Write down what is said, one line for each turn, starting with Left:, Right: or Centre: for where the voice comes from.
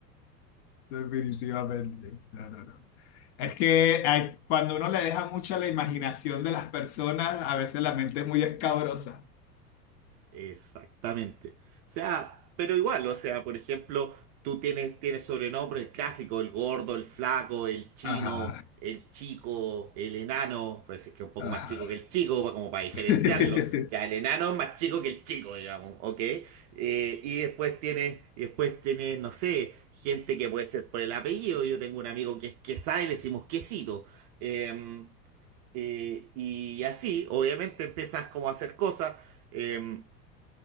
Left: Definitivamente. No, no, no. Es que hay- cuando uno le deja mucho a la imaginación de las personas, a veces la mente es muy escabrosa.
Right: Exactamente. O sea, pero igual, o sea, por ejemplo, tú tienes, tienes sobrenombres el clásico, el gordo, el flaco, el chino,
Left: Ajá,
Right: el chico, el enano, pues es que es un poco
Left: ajá.
Right: más chico que el chico, pa- como para diferenciarlo.
Left: <laughs>
Right: Ya, el enano es más chico que el chico, digamos, ¿ok? Eh, y después tienes, y después tienes, no sé, gente que puede ser por el apellido. Yo tengo un amigo que es Quesá y le decimos Quesito. Em, eh, y así, obviamente, empiezas como a hacer cosas. em,